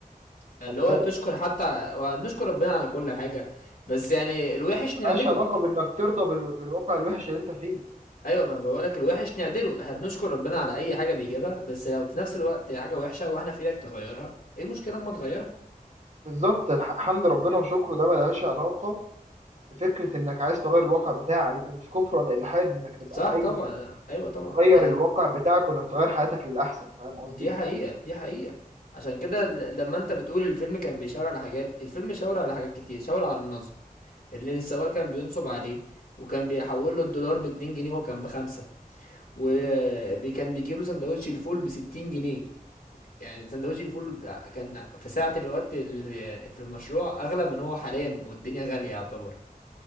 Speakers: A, on the left (about 75°); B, on the right (about 50°).
A: اللي
B: خلي
A: هو
B: بالك
A: تشكر حتى ونشكر ربنا على كل حاجة بس يعني الوحش
B: ملهاش
A: نعدله
B: علاقة بانك ترضى بال- بالواقع الوحش اللي انت فيه
A: ايوه ما بقولك الوحش نعدله احنا بنشكر ربنا على اي حاجة بيجيبها بس لو في نفس الوقت حاجة وحشة واحنا في ايدك تغيرها ايه المشكلة اما تغيرها
B: بالظبط الح- حمد ربنا وشكره ده ملهاش علاقة بفكرة انك عايز تغير الواقع بتاعك ده مش كفر ولا الحاد انك تبقى
A: صح
B: عايز
A: طبعا ايوه طبعا
B: تغير
A: انت
B: الواقع بتاعك وانك تغير حياتك للاحسن فاهم قصدي
A: دي حقيقة دي حقيقة عشان كده ل- لما انت بتقول الفيلم كان بيشاور على حاجات الفيلم شاور على حاجات كتير شاور على النصب اللي السواق كان بينصب عليه وكان بيحول له الدولار باتنين جنيه وهو كان بخمسة وكان
B: مم.
A: بيجيب له سندوتش الفول بستين جنيه يعني سندوتش الفول ب- كان في ساعة الوقت ال- في المشروع أغلى من هو حاليا والدنيا غالية يعتبر